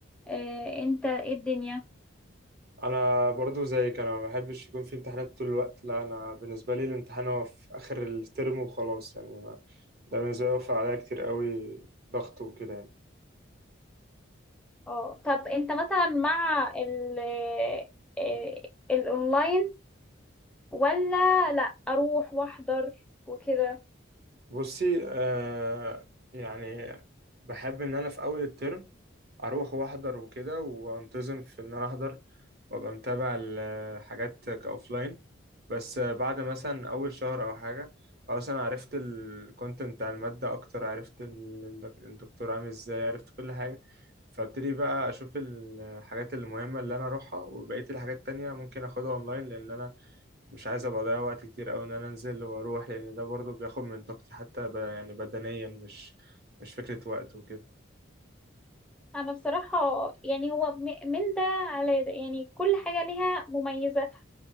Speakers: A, in the centre; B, on the right (about 50°).
A: إيه أنت إيه الدنيا؟
B: انا برضو زيك انا ما بحبش يكون في امتحانات طول الوقت لا انا بالنسبه لي الامتحان هو في اخر الترم وخلاص يعني ما ده بالنسبه لي وفر عليا كتير قوي ضغط وكده يعني
A: اه طب أنت مثلا مع ال إيه الأونلاين ولا لا أروح وأحضر وكده؟
B: بصي آه يعني بحب ان انا في اول الترم اروح واحضر وكده وانتظم في ان انا احضر وابقى متابع الحاجات كاوفلاين بس آه، بعد مثلا اول شهر او حاجه خلاص انا عرفت الكونتنت بتاع الماده اكتر عرفت ال- الدكتور عامل ازاي عرفت كل حاجه فابتدي بقى اشوف الحاجات المهمه اللي انا اروحها وبقيه الحاجات التانية ممكن اخدها اونلاين لان انا مش عايز ابقى اضيع وقت كتير قوي ان انا انزل واروح لان ده برضو بياخد من طاقتي حتى ب... يعني بدنيا مش مش فكرة وقت وكده
A: انا بصراحة يعني هو م- من ده على ده يعني كل حاجة ليها مميزاتها